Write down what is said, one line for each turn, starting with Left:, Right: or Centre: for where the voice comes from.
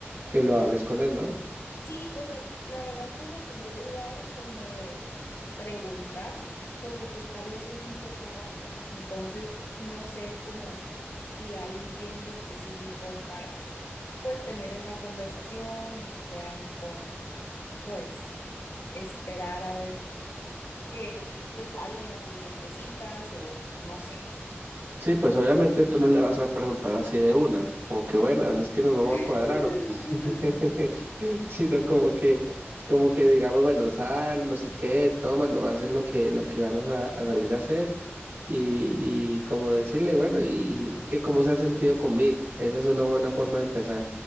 Right: que lo hables con él, ¿no?
Left: Sí, o sea, la verdad por lo que yo dudaba como de preguntar, porque pues tal vez eso es un poco rápido. Entonces, no sé como si hay un tiempo específico para pues tener esa conversación o si sea mejor pues esperar a ver qué, qué salen las siguientes citas o no sé.
Right: Sí, pues obviamente tú no le vas a preguntar así de una, como que bueno, es que nos vamos
Left: <laughs>
Right: a cuadrar o qué?" <laughs> sino como que, como que digamos, bueno, sal, no sé qué, toma, no hacen lo que, lo que van a, sa- a salir a hacer, y, y como decirle, bueno, y, y que cómo se ha sentido conmigo, esa es una buena forma de empezar.